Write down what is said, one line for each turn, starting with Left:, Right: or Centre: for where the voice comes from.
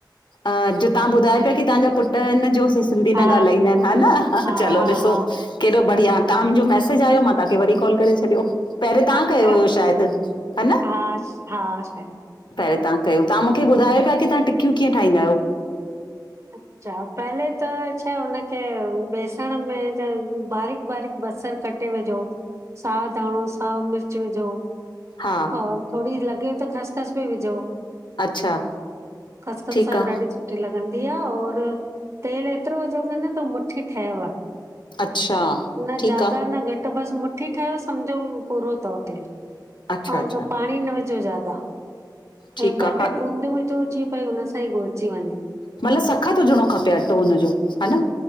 Left: अ जो तव्हां ॿुधाए पियो, की तव्हांजा पुटु हिन जो सिंधी
Right: हा
Left: न ॻाल्हाईंदा आहिनि हा न? चलो
Right: हा
Left: ॾिसो।
Right: हा
Left: केॾो बढ़िया, तव्हां मुंजो मैसेज आयो मां तहांखे वरी कॉल करे छॾियो। पहिरे तव्हां
Right: अच्छा
Left: कयो हुयो शायद, है न?
Right: हा हा शायदि
Left: पहिरं तव्हां कयो, तव्हां मूंखे ॿुधायो पिया की तव्हा टिकियूं कीअं ठाहीन्दा आयो।
Right: अच्छा, पहले त छाए हुनखे, बेसण में बारीक़-बारीक़ बसर कटे टे विझो, साओ धाणो। साओ मिर्च विझो
Left: हा
Right: और थोरी लॻे त ख़सख़स बि विझो‌।
Left: अच्छा
Right: खसखस
Left: ठीकु
Right: सां
Left: आहे
Right: ॾाढी सुठी ठी लॻंदी आ और तेल एतिरो विझो की न त मुठी ठयव।
Left: अच्छा
Right: न
Left: ठीकु
Right: ज्यादा,
Left: आहे
Right: न घटि बसि मु ठी ठहियो सम्झो पूरो तव तेल,
Left: अच्छा
Right: आऊं
Left: अच्छा
Right: त पाणी न विझो ज्यादा।
Left: ठीकु
Right: ऐं
Left: आहे
Right: ॿ टे
Left: हा
Right: बूंदू विझो, जीअं भई हुन सां ई घुरजी वञे।
Left: मतल सख़त हुजणो खपे अटो हुनजो ह न?